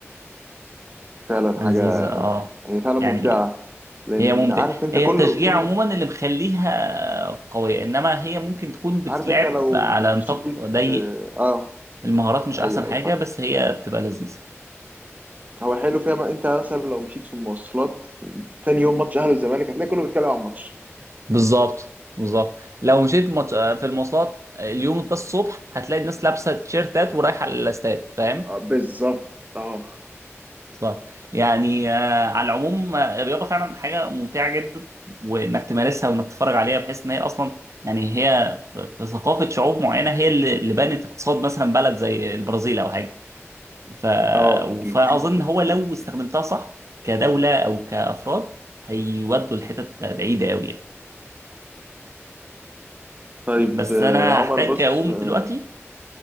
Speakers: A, on the right; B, on the right.
A: فعلا
B: لذيذة
A: حاجه
B: اه
A: هي فعلا
B: يعني
A: ممتعه لان
B: هي ممتعة
A: عارف انت
B: هي
A: كله
B: التشجيع
A: كله
B: عموما
A: ف-
B: اللي مخليها قوية انما هي ممكن تكون بتتلعب
A: عارف انت لو
B: على نطاق
A: مشيت
B: ضيق
A: اه
B: المهارات مش
A: آه،
B: احسن
A: ايوه ايوه
B: حاجه
A: فاهم
B: بس هي بتبقى لذيذه
A: هو حلو فيها ما انت مثلا لو مشيت في المواصلات تاني يوم ماتش اهلي والزمالك هتلاقي كله بيتكلم عن الماتش
B: بالظبط بالظبط لو مشيت مت- في المواصلات اليوم ده الصبح هتلاقي الناس لابسه تيشيرتات ورايحه الاستاد فاهم
A: آه، بالظبط اه
B: صح يعني آه، على العموم آه، الرياضه فعلا حاجه ممتعه جدا وانك تمارسها وانك تتفرج عليها بحيث ان هي اصلا يعني هي في في ثقافه شعوب معينه هي اللي اللي بنت اقتصاد مثلا بلد زي البرازيل او حاجه ف...
A: اه اكيد
B: فاظن
A: <laughs>
B: هو لو استخدمتها صح كدوله او كافراد هيودوا لحتت بعيده قوي يعني.
A: طيب
B: بس
A: آه،
B: انا
A: عمر
B: هحتاج
A: بص
B: اقوم
A: آه،
B: دلوقتي